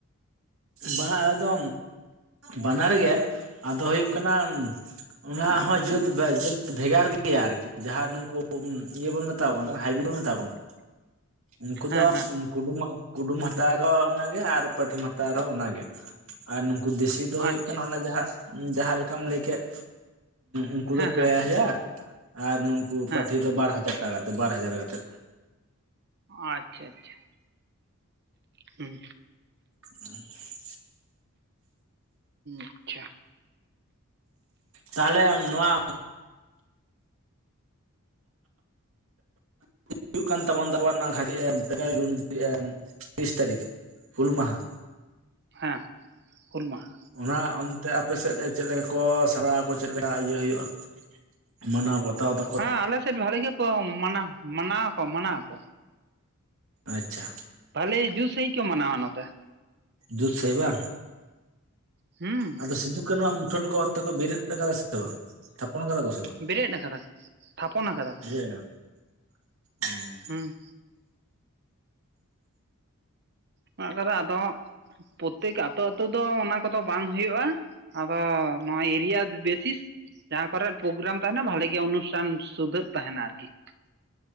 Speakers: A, on the right; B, on the right.
A: ᱵᱟᱝ ᱟᱞᱮ ᱫᱚ ᱵᱟᱱᱟᱨ ᱜᱮ, ᱟᱫᱚ ᱦᱩᱭᱩᱜ ᱠᱟᱱᱟ ᱚᱱᱟ ᱦᱚᱸ ᱡᱟᱹᱛ ᱵᱮ ᱡᱟᱹᱛ ᱵᱷᱮᱜᱟᱨ ᱜᱮᱭᱟ ᱟᱨᱠᱤ ᱾ ᱡᱟᱦᱟᱸ ᱱᱩᱠᱩ ᱤᱭᱟᱹ ᱵᱚᱱ ᱢᱮᱛᱟ ᱠᱚ ᱠᱟᱱ ᱦᱟᱭᱵᱨᱤᱰ ᱵᱚᱱ ᱢᱮᱛᱟ ᱠᱚ ᱾
B: <inaudible>
A: ᱩᱱᱠᱩ
B: ᱦᱮᱸ
A: ᱫᱚ
B: ᱦᱮᱸ
A: ᱠᱩᱰᱩᱢ ᱠᱩᱰᱩᱢ ᱦᱟᱛᱟᱣ ᱮ ᱨᱮᱦᱚᱸ ᱚᱱᱟᱜᱮ ᱟᱨ ᱯᱟᱹᱴᱷᱤᱢ ᱦᱟᱛ ᱛᱟᱣ ᱨᱮᱦᱚᱸ ᱚᱱᱟᱜᱮ ᱟᱨ ᱱᱩᱠᱩ ᱫᱮᱥᱤ ᱫᱚ ᱦᱩᱭᱩᱜ
B: ᱟᱪᱪᱷᱟ
A: ᱠᱟᱱᱟ ᱚᱱᱟ ᱡᱟᱦᱟᱸ ᱡᱟᱦᱟᱸ ᱞᱮᱠᱟᱢ ᱞᱟᱹᱭ ᱠᱮᱫ ᱩᱱᱠᱩ
B: ᱦᱮᱸ
A: ᱫᱚ ᱯᱮ
B: ᱦᱮᱸ ᱦᱮᱸ
A: ᱦᱟᱡᱟᱨ ᱟᱨ ᱱᱩᱠ ᱠᱩ
B: ᱦᱮᱸ
A: ᱯᱟᱹᱴᱷᱤ ᱫᱚ ᱵᱟᱨ ᱦᱟᱡᱟᱨ ᱴᱟᱠᱟ ᱠᱟᱛᱮ ᱵᱟᱨ ᱦᱟᱡᱟᱨ ᱠᱟᱛᱮᱫ ᱾
B: ᱟᱪᱪᱷᱟ ᱟᱪᱪᱷᱟ ᱦᱩᱸᱻ
A: <inaudible>
B: ᱟᱪᱪᱷᱟ
A: ᱛᱟᱞᱦᱮ ᱱᱚᱣᱟ ᱦᱩᱭᱩᱜ ᱠᱟᱱ ᱛᱟᱵᱚᱱ ᱫᱚ <unintelligible> ᱛᱤᱨᱤᱥ ᱛᱟᱨᱤᱠᱷ ᱦᱩᱞ ᱢᱟᱦᱟ
B: ᱦᱮᱸ ᱦᱩᱞ ᱢᱟᱦᱟ
A: ᱚᱱᱟ ᱚᱱᱛᱮ ᱟᱯᱮᱥᱮᱫ ᱪᱮᱫ ᱞᱮᱠᱟ ᱠᱚ ᱥᱟᱯᱲᱟᱣ ᱟᱠᱚ ᱪᱮᱫᱞᱮᱠᱟ ᱤᱭᱟᱹ ᱦᱳᱭᱳᱜᱼᱟ? ᱢᱟᱱᱟᱣ ᱵᱟᱛᱟᱣ ᱫᱚ
B: ᱦᱮᱸ ᱟᱞᱮᱥᱮᱫ ᱵᱷᱟᱞᱮ ᱜᱮ ᱢᱟᱱᱟᱣ ᱢᱟᱱᱟᱣ ᱟᱠᱚ ᱢᱟᱱᱟᱣ ᱟᱠᱚ
A: ᱟᱪᱪᱷᱟ
B: ᱵᱷᱟᱞᱮ ᱡᱩᱥ ᱥᱟᱦᱤᱡ ᱠᱚ ᱢᱟᱱᱟᱣᱟ ᱱᱚᱛᱮ
A: ᱡᱩᱛ ᱥᱟᱦᱤᱡ ᱵᱟᱝ
B: ᱦᱩᱸ
A: ᱟᱫᱚ ᱥᱩᱤᱫᱩᱵ ᱠᱟᱹᱱᱦᱩᱼᱟᱜ ᱢᱩᱴᱷᱟᱹᱱ ᱠᱚ ᱚᱱᱛᱮ ᱠᱚ ᱵᱮᱨᱮᱫ ᱠᱟᱫᱟ ᱥᱮ ᱵᱟᱝ ᱛᱷᱟᱯᱚᱱ ᱠᱟᱫᱟ ᱠᱚ ᱥᱮ ᱵᱟᱝ
B: ᱵᱮᱨᱮᱫ ᱟᱠᱟᱫᱟ ᱠᱚ ᱛᱷᱟᱯᱚᱱ ᱟᱠᱟᱫᱟ ᱠᱚ
A: <unintelligible>
B: ᱦᱩᱸ <unintelligible> ᱟᱫᱚ ᱯᱨᱚᱛᱮᱠ ᱟᱛᱳ ᱟᱛᱳ ᱫᱚ ᱚᱱᱟ ᱠᱚᱫᱚ ᱵᱟᱝ ᱦᱩᱭᱩᱜᱼᱟ ᱟᱫᱚ ᱱᱚᱣᱟ ᱮᱨᱤᱭᱟ ᱵᱮᱥᱤᱥ ᱡᱟᱦᱟᱸ ᱠᱚᱨᱮ ᱯᱨᱳᱜᱨᱟᱢ ᱛᱟᱦᱮᱱᱟ ᱵᱷᱟᱞᱮ ᱜᱮ ᱚᱱᱩᱥᱴᱷᱟᱱ ᱥᱩᱫᱷᱟᱹᱜ ᱛᱟᱦᱮᱱᱟ ᱟᱨᱠᱤ